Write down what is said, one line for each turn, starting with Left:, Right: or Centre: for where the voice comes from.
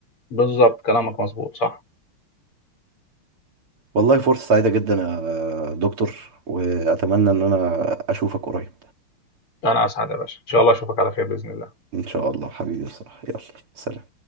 Left: بالظبط كلامك مظبوط صح
Right: والله فرصة سعيدة جدا يا دكتور وأتمنى إن أنا أشوفك قريب
Left: انا اسعد يا باشا ان شاء الله اشوفك على خير باذن الله
Right: إن شاء الله حبيبي صح يلا سلام